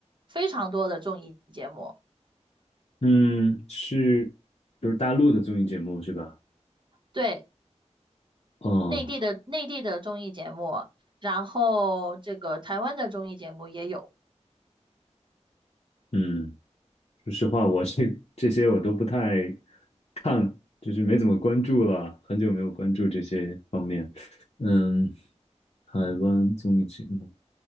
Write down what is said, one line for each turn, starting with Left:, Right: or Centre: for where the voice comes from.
Right: 非常多的综艺节目，
Left: 嗯，是就是大陆的综艺节目是吧？
Right: 对，
Left: 哦，
Right: 内地的内地的综艺节目，然后这个台湾的综艺节目也有，
Left: 嗯说实话，我这这些我都不太看，就是没怎么关注了，很久没有关注这些方面。嗯，海湾综艺节目，